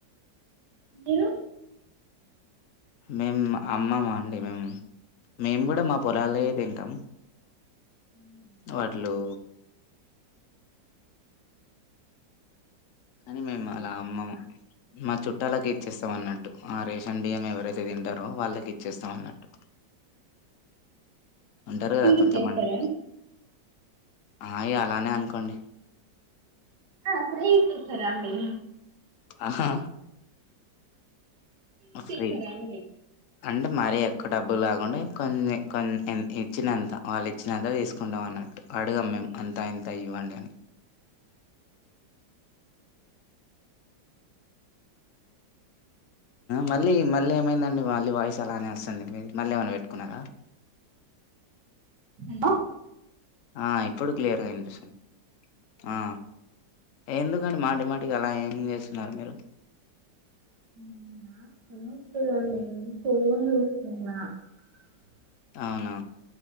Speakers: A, on the right (about 65°); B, on the left (about 55°).
A: మీరు
B: మేము అమ్మమా అండి మేము మేము కూడా మా పొలాల తింటాం
A: ఉ
B: వడ్లు కానీ మేము అలా అమ్మము చుట్టాలకు ఇచ్చేస్తాం అన్నట్టు ఆ రేష్ న్ బియ్యం ఎవరైతే తింటారో వాళ్ళకి ఇచ్చేస్తామ అన్నట్టు ఉంటారు
A: ఫ్రీ
B: కదా కొంతమంది
A: ఇచ్చేస్తారా
B: అయి అలానే అనుకోండి
A: ఆ ఫ్రీ ఏచేస్తారా అండి
B: ఆహా ఫ్రీ
A: స్త రామ
B: అంటే మరీ ఎక్కువ డబ్బులు కాకుండా కొన్ని కొన్ని ఇచ్చినంత వాళ్ళు ఇచ్చినంత తీసుకుంటాం అన్నట్టు అడుగా మేము అంత ఇంత ఇవ్వండి అని మళ్ళీ మళ్ళీ ఏమైందండి మళ్ళీ వాయిస్ అలానే వస్తుంది మీరు మళ్ళీ ఏమై పెట్టుకున్నారా
A: హలో
B: ఆ ఇప్పుడు క్లియర్గా వినిపిస్తుంది ఆ ఎందుకండి మాటి మాటికి అలా ఏం చేస్తున్నారు మీరు
A: ఏం చేయాలా ఉ
B: అవునా